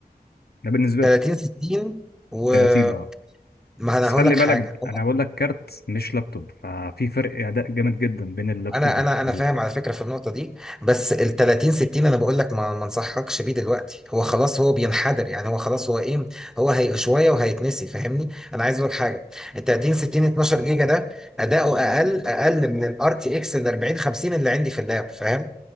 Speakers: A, on the left (about 70°); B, in the centre.
A: ده بالنسبة
B: 30
A: لي
B: 60 وما
A: 30 اه
B: انا
A: بس
B: هقول
A: خلي
B: لك
A: بالك
B: حاجه
A: انا بقول لك كارت مش لابتوب ففي فرق اداء جامد جدا بين اللابتوب
B: انا
A: والكمبيوتر
B: انا انا فاهم على فكره في النقطه دي بس ال 30 60 انا بقول لك ما ما انصحكش بيه دلوقتي هو خلاص هو بينحدر يعني هو خلاص هو ايه هو هي شويه وهيتنسي فاهمني انا عايز اقول لك حاجه ال 30 60 12 جيجا ده اداؤه اقل اقل من الار تي اكس ال 40 50 اللي عندي في اللاب فاهم